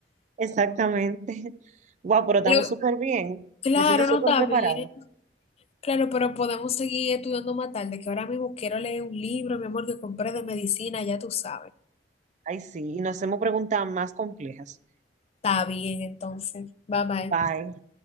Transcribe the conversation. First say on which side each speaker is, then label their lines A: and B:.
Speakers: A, on the right (about 40°); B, on the left (about 35°).
A: Exactamente. <laughs> Wow, pero estamos
B: Pero,
A: súper bien.
B: claro,
A: Me siento súper
B: no está
A: preparada.
B: bien. Claro, pero podemos seguir estudiando más tarde, que ahora mismo quiero leer un libro, mi amor, que compré de medicina, ya tú sabes.
A: Ay, sí, y nos hacemos preguntas más complejas.
B: Está bien, entonces. Bye bye.
A: Bye.